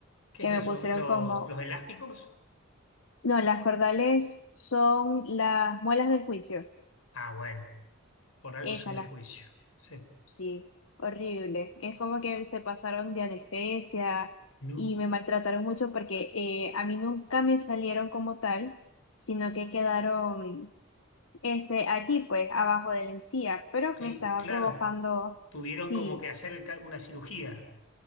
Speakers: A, on the left; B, on the left.
A: ¿Qué
B: que
A: es
B: me
A: eso?
B: pusieron
A: ¿Los,
B: como,
A: los elásticos?
B: no, las cordales son las muelas del juicio,
A: Ah, bueno, por algo
B: esas,
A: son del
B: las
A: juicio. Se-
B: Sí, horrible. Es como que se pasaron de anestesia
A: no,
B: y me maltrataron mucho porque eh, a mí nunca me salieron como tal, sino que quedaron este, allí, pues, abajo de la encía, pero
A: cl-
B: me estaba
A: claro,
B: provocando,
A: tuvieron
B: sí,
A: como que hacer ca- una cirugía.